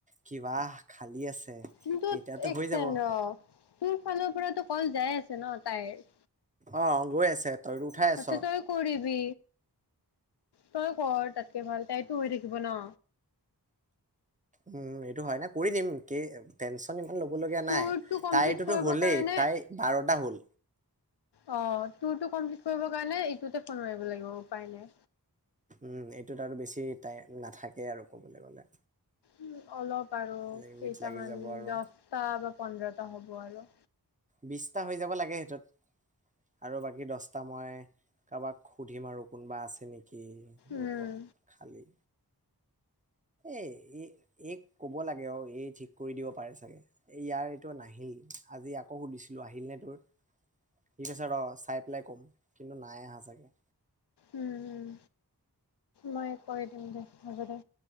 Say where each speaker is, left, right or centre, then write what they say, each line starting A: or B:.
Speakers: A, on the right (about 20°); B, on the left (about 80°).
A: কিবা খালী আছে
B: কিন্তু
A: এতিয়াতো
B: এক
A: হৈ
B: চেকেণ্ড
A: যাব।
B: ৰ' তোৰ ফোনৰ পৰাটো কল যায় আছে ন' তাইৰ।
A: অ' গৈ আছে। তইতো উঠাই
B: তাতকে
A: আছ।
B: তই কৰিবি তই কৰ তাতকে ভাল তাইতো হৈ থাকিব ন'।
A: উম সেইটো হয় নে কৰি দিম কে এম টেন্স আপুনি ইমান ল'ব লগীয়া
B: তোৰটো
A: নাই
B: কমপ্লিট
A: তাইতোতো
B: কৰিবৰ
A: হ'লেই
B: কাৰণে
A: তাই বাৰটা হ'ল
B: অ' তোৰটো কমপ্লিট কৰিব কাৰণে এইটোতে ফোন মাৰিব লাগিব উপায় নাই।
A: উম এইটোত আৰু বেছি টাইম নাথাকে আৰু ক'বলৈ গ'লে।
B: উম অলপ আৰু
A: লিমিট
B: কেইটামান
A: লাগি যাব আৰু।
B: দহটা বা পোন্ধৰটা হ'ব আৰু।
A: বিছটা হৈ যাব লাগে সেইটোত। আৰু বাকী দছটা মই কাবাক সুধিম আৰু কোনোবা আছে নেকি।
B: উম
A: গ্ৰুপত খালী এই এই এইক ক'ব লাগে অ' এই ঠিক কৰি দিব পাৰে চাগে। এ' ইয়াৰ এইটো নাহিল, আজি আকৌ সুধিছিলোঁ আহিল নে তোৰ। সি কৈছে ৰ' চাই পেলাই ক'ম, কিন্তু নাই আহা চাগে।
B: উম উম। মই কৰি দিম দে, হ'ব দে